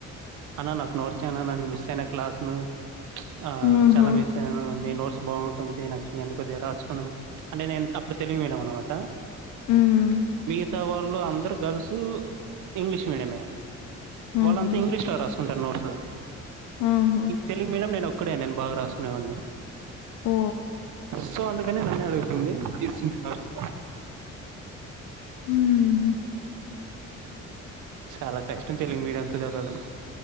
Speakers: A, on the right (about 80°); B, on the left (about 80°).
A: అనా నాక్ నోట్స్ ఇ అనా మిస్ అయిన క్లాస్ ను ఆ
B: ఆహా
A: చాలా మిస్ అ నేను మీ నోట్స్ బావుంటుంది నాకు ఈయండీ కొద్దిగా రాస్కున్ అంటే నేను తప్పు తెలుగు మీడియం అన్మాట
B: ఉమ్
A: మిగితా వాళ్ళు అందరు గర్ల్సు ఇంగ్లీష్ మీడియమే
B: ఆహా
A: వాళ్ళంతా ఇంగ్లీష్లో రాస్కుంటారు నోట్సు
B: ఆహా
A: తెలుగు మీడియం నేన్ ఒక్కడే నేను బాగా రాస్కునేవన్నీ
B: ఓ
A: సో అందుకనే నన్నే అడుగుతుంది ఇసున్టి నాట్సు
B: ఉమ్
A: చాలా కష్టం తెలుగు మీడియంతో చదవడం